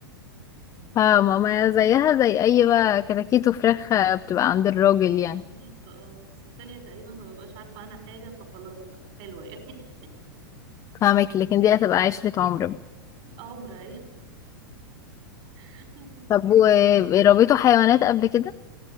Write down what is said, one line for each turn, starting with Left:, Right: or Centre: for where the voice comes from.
Left: فماما زيها زي اي بقى كتاكيت وفراخ بتبقى عند الراجل يعني
Right: انا عارفه اه بس التانية تقريبا ما ببقاش عارفه عنها حاجه فخلاص بقى حلوه يعني
Left: فاهمك لكن دي هتبقى عشرة عمر بقى.
Right: <laughs> عمر ايه <laughs>
Left: طب وربيتوا حيوانات قبل كده